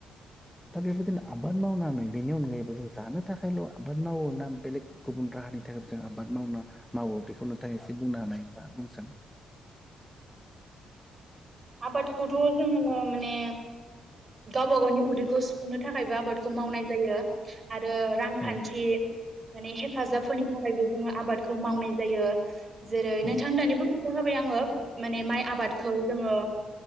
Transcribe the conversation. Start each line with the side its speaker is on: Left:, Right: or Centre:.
Centre: दा बेबादिनो आबाद मावनानै बेनि अनगा एबा जों जानो थाखायल' आबाद माव ना बेलेग गुबुन राहानि थाखाय जों आबाद मावनो मावो बेखौ नोंथाङा एसे बुंना होनाया बा बुंसन
Right: आबादखौथ' जोङो माने गावबा गावनि उदैखौ सुफुंनो थाखायबो आबादखौ मावनाय जायो आरो रांखान्थि
Centre: औ
Right: माने हेफाजाबफोरनि थाखायबो जोङो आबाद खौ मावनाय जायो जेरै नोंथां
Centre: औ
Right: दानिबो खिथाखाबाय आङो माने माइ आबादखौ जोङो